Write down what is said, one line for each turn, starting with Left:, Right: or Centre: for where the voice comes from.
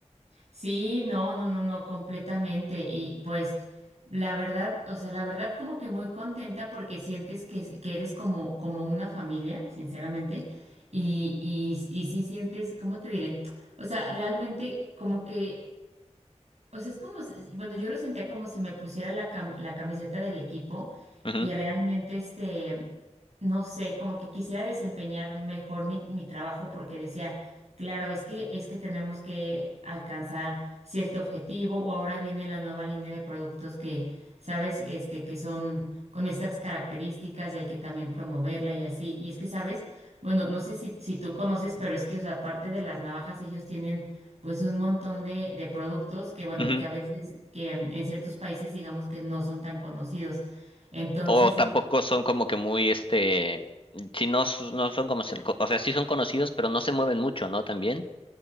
Right: Sí, no, no, no, no, completamente. Y pues la verdad, o sea, la verdad como que muy contenta porque sientes que, que eres como, como una familia, sinceramente. Y, y, y sí sientes, ¿cómo te diré? O sea, realmente como que O sea, es como, si- bueno, yo lo sentía como si me pusiera la, cam- la camiseta del equipo
Left: Ujú,
Right: y realmente, este, no sé, como que quisiera desempeñar mejor mi, mi trabajo porque decía, claro, es que, es que tenemos que alcanzar cierto objetivo o ahora viene la nueva línea de productos que, sabes, este, que son con estas características y hay que también promoverla y así. Y es que, sabes, bueno, no sé si, si tú conoces, pero es que, o sea, aparte de las navajas, ellos tienen pues un montón de, de productos que, bueno,
Left: ujú.
Right: que a veces, que en, en ciertos países digamos que no son tan conocidos. Entonces,
Left: O tampoco son como que muy, este, si no, s- no son como, se- o sea, sí son conocidos, pero no se mueven mucho, ¿no? También.